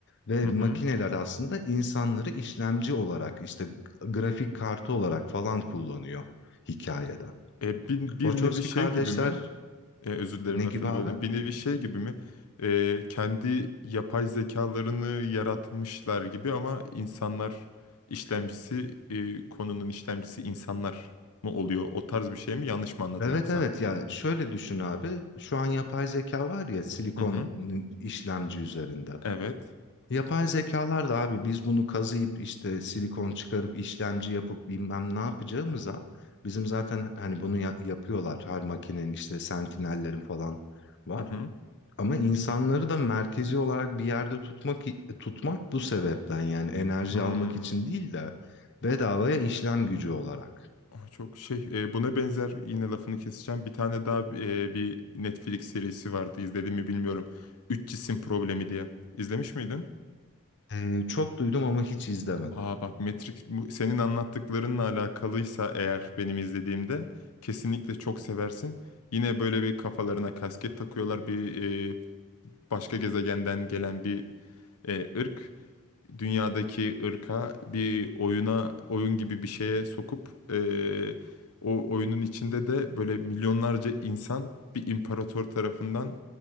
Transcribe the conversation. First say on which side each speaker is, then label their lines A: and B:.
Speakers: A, on the left; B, on the left.
A: Ve
B: Hı hı.
A: makineler aslında insanları işlemci olarak işte grafik kartı olarak falan kullanıyor hikayede.
B: E, bir, bir
A: Wachowski
B: nevi şey
A: kardeşler
B: gibi mi? E, özür dilerim
A: Ne
B: lafını
A: gibi abi?
B: böldüm. Bir nevi şey gibi mi? E, kendi yapay zekalarını yaratmışlar gibi ama insanlar işlemcisi, e, konunun işlemcisi insanlar mı oluyor? O tarz bir şey mi? Yanlış mı anladım
A: Evet
B: yoksa?
A: evet ya şöyle düşün abi. Şu an yapay zeka var ya silikon
B: Hı hı.
A: ıı, işlemci üzerinde.
B: Evet.
A: Yapay zekalar da abi biz bunu kazıyıp işte silikon çıkarıp işlemci yapıp bilmem ne yapacağımıza bizim zaten hani bunu ya- yapıyorlar. Her makinenin işte sentinellerin falan var.
B: Hı hı.
A: Ama insanları da merkezi olarak bir yerde tutmak tutmak bu sebepten yani enerji
B: Hmm.
A: almak için değil de bedavaya işlem gücü olarak.
B: Aa, Çok şey e, buna benzer yine lafını keseceğim. Bir tane daha e, bir Netflix serisi vardı izledim mi bilmiyorum. Üç cisim problemi diye. İzlemiş miydin?
A: Ee, çok duydum ama hiç izlemedim.
B: Aa bak Matrix bu- senin anlattıklarınla alakalıysa eğer benim izlediğimde kesinlikle çok seversin. Yine böyle bir kafalarına kasket takıyorlar bir e, başka gezegenden gelen bir e, ırk. dünyadaki ırka bir oyuna oyun gibi bir şeye sokup eee, o oyunun içinde de böyle milyonlarca insan bir imparator tarafından